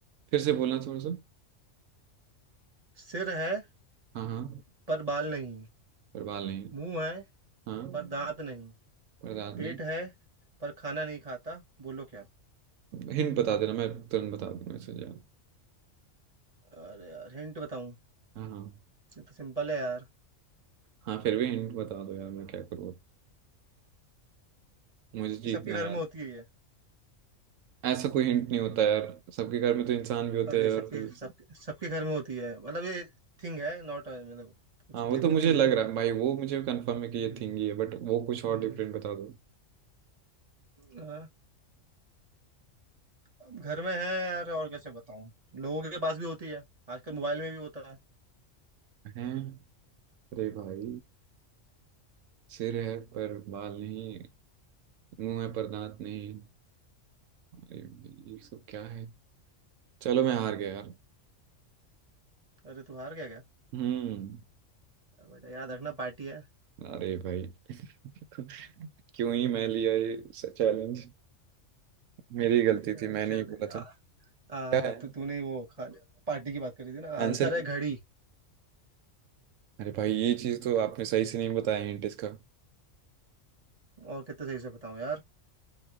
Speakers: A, on the right; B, on the right.
A: फिर से बोलना थोड़ा सा
B: सिर है
A: हाँ हाँ
B: पर बाल नहीं
A: परवाल नहीं है।
B: मुंह है
A: हाँ
B: पर दांत नहीं
A: परदाद
B: पेट
A: नहीं
B: है पर खाना नहीं खाता बोलो क्या
A: हिंट बता देना मैं तुरंत बता दूंगा इसे यार
B: अरे यार हिंट बताऊं
A: हाँ हाँ
B: ये तो सिंपल है यार
A: हाँ फिर भी हिंट बता दो यार मैं क्या करूँ मुझे
B: ये
A: जीतना
B: सबके घर
A: यार
B: में होती है ये
A: ऐसा कोई हिंट नहीं होता यार सबके घर में तो इंसान भी होते
B: अरे
A: हैं
B: सबके
A: और फिर
B: सबके सबके घर में होती है मतलब ये थिंग है नॉट मतलब कुछ
A: हाँ वो
B: लिविंग
A: तो मुझे
B: थिंग नहीं
A: लग
B: है
A: रहा है भाई वो मुझे कंफर्म है कि ये
B: हम्म
A: थिंग ही है बट वो कुछ और
B: हम्म
A: डिफरेंट बता दो
B: हाँ। अब घर में है यार और कैसे बताऊं लोगों के पास भी होती है आजकल मोबाइल में भी होता है
A: हैं अरे भाई सिर है पर बाल नहीं मुंह है पर दांत नहीं अरे भाई, ये सब क्या है चलो मैं हार गया यार
B: अरे तू हार गया क्या
A: हम्म
B: अब बेटा याद रखना पार्टी है
A: अरे भाई <laughs> क्यों ही मैं लिया ये चैलेंज मेरी गलती
B: ठीक है
A: थी
B: ना
A: मैंने
B: चल
A: ही बोला
B: आ,
A: था
B: आ,
A: क्या है
B: तो तूने वो खाने पार्टी की बात करी थी ना
A: आंसर
B: आंसर है घड़ी
A: अरे भाई ये चीज तो आपने सही से नहीं बताया हिंट इसका
B: और कितने सही से बताऊं यार